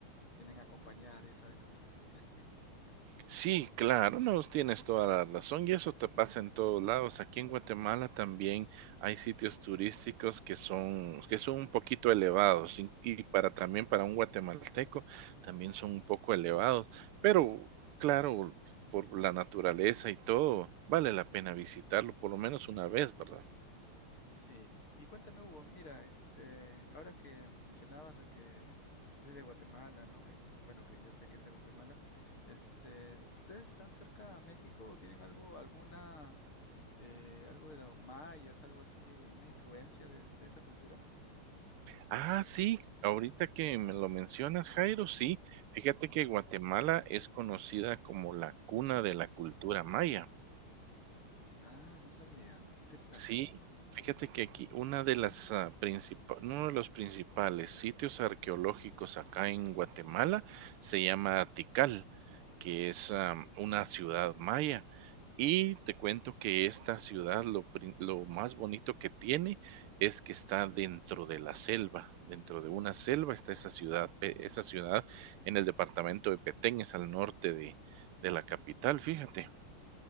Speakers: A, on the left (about 70°); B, on the right (about 85°).
A: vienen acompañadas de esa denominación. <laughs>
B: Sí, claro, no, tienes toda la razón y eso te pasa en todos lados. Aquí en Guatemala también hay sitios turísticos que son, que son un poquito elevados y y para también para un guatemalteco también son un poco elevados, pero claro, por la naturaleza y todo, vale la pena visitarlo por lo menos una vez, ¿verdad?
A: Sí, y cuéntame Hugo, mira, este, ahora que mencionabas de que eres de Guatemala, ¿no? Y bueno, que ya sé que eres de Guatemala, este, ¿ustedes están cerca a México o tienen algo, alguna, eh, algo de los mayas, algo así, una influencia de de esa cultura?
B: Ah, sí, ahorita que me lo mencionas, Jairo, sí, fíjate que Guatemala es conocida como la cuna de la cultura maya.
A: Ah, no sabía. Qué interesante.
B: Sí, fíjate que aquí una de las, ah, principa uno de los principales sitios arqueológicos acá en Guatemala se llama Tikal, que es, am, una ciudad maya. Y te cuento que esta ciudad lo prin lo más bonito que tiene es que está dentro de la selva, dentro de una selva está esa ciudad, pe esa ciudad en el departamento de Petén, es al norte de de la capital, fíjate.